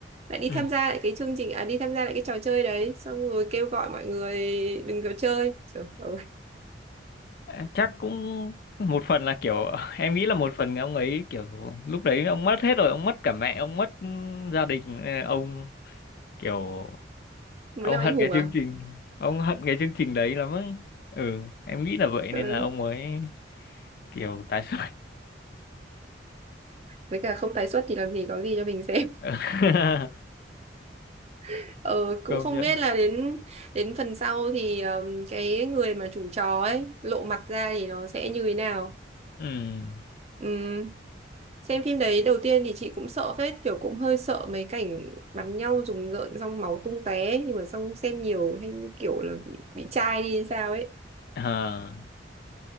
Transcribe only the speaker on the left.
ừ.
À, chắc cũng một phần là kiểu <laughs> em nghĩ là một phần ông ấy kiểu lúc đấy ông mất hết rồi ông mất cả mẹ ông mất gia đình ờ, ông kiểu
ông
hận
cái
chương trình ông hận cái chương trình đấy lắm ấy ừ em nghĩ là vậy
nên là ông mới kiểu tái xuất
<laughs>
công
nhận
ừ
à,